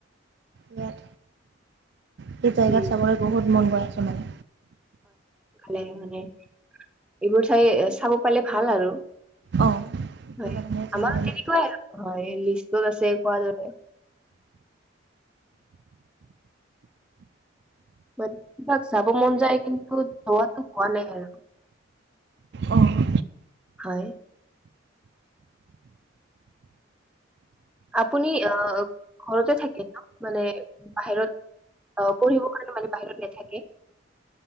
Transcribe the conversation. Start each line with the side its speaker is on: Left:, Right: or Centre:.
Right: ইয়াত সেই জেগাত
Centre: উম।
Right: চাবলৈ বহুত মন গৈ আছো মানে
Centre: খালে মানে এইবোৰ চাই চাব পালে ভাল আৰু
Right: অঁ সেইটো
Centre: হয়
Right: কাৰণে যাবলৈ
Centre: আমাৰ তেনেকুৱাই আৰু হয় ত আছে কোৱা দৰে মানে কাক যাব মন যায় কিন্তু যোৱাাতটো হোৱা নাই আৰু
Right: অঁ
Centre: হয় আপুনি আহ ঘৰতে থাকে ন মানে বাহিৰত অ পঢ়িব কাৰণে মানে বাহিৰত নাথাকে